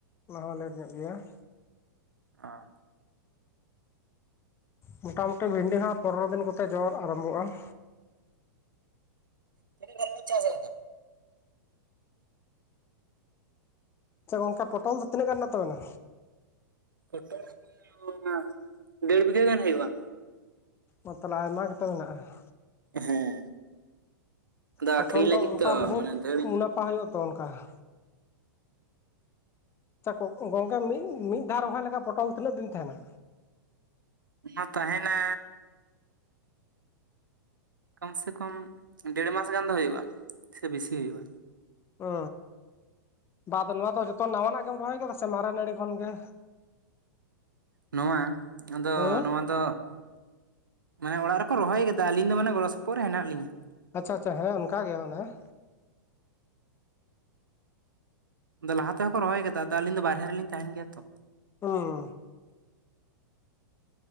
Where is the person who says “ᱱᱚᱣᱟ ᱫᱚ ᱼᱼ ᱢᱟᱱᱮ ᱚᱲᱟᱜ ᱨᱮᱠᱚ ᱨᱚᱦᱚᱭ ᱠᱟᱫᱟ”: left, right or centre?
Right